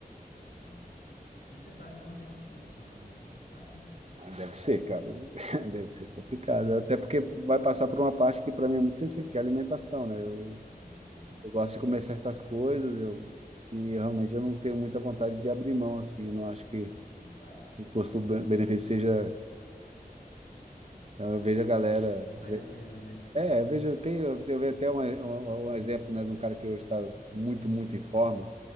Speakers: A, on the left (about 80°); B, on the right (about 45°).
A: Aham. E você sabe o quanto é difícil ter um abdômen trincado, né?
B: Ah, deve ser, cara, <laughs> deve ser complicado. Até porque vai passar por uma parte que para mim é muito sensível, que é a alimentação, né? Eu,
A: Aham,
B: eu gosto de comer certas coisas, eu, que realmente eu não tenho muita vontade de abrir mão, assim, eu não acho que
A: Exato.
B: o custo-benefício seja. Então, eu vejo a galera.
A: Vale a pena, né?
B: É, eu vejo, eu tenho eu vejo até um, um, um exemplo, né, de um cara que hoje está muito, muito em forma,